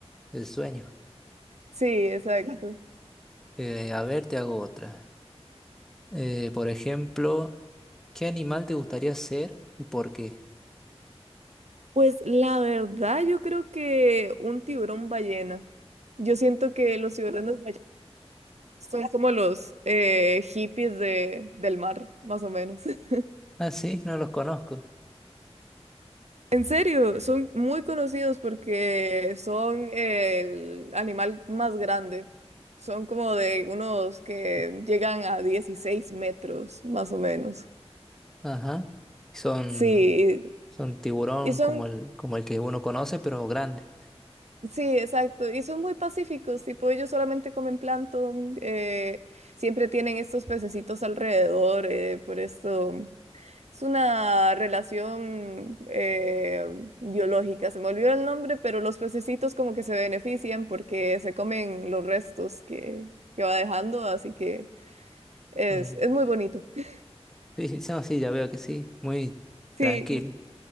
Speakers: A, in the centre; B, on the right.
A: el sueño.
B: Sí, exacto.
A: Eh, a ver, te hago otra. Eh, por ejemplo... ¿Qué animal te gustaría ser y por qué?
B: Pues la verdad, yo creo que un tiburón ballena. Yo siento que los tiburones <laughs> ballenas son como los eh, hippies de, del mar, más o menos. <laughs>
A: Ah, sí, no los conozco.
B: En serio, son muy conocidos porque son el animal más grande. Son como de unos que llegan a 16 metros, más o menos.
A: Ajá. Son,
B: Sí,
A: son tiburón
B: y y son
A: como el, como el que uno conoce, pero grande.
B: Sí, exacto. Y son muy pacíficos, tipo ellos solamente comen plancton, mm, eh, siempre tienen estos pececitos alrededor, eh, por esto mm, es una relación eh, biológica. Se me olvidó el nombre, pero los pececitos como que se benefician porque se comen los restos que, que va dejando, así que es,
A: Mm.
B: es
A: <laughs>
B: muy bonito. <laughs>
A: Sí, sí, no, sí, ya veo que sí. Muy
B: Sí.
A: tranquilo.